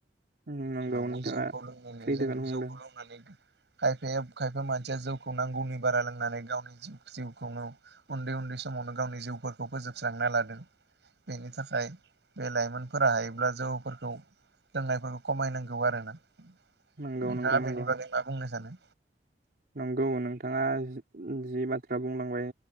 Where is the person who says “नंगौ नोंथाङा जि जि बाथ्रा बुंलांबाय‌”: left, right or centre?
Right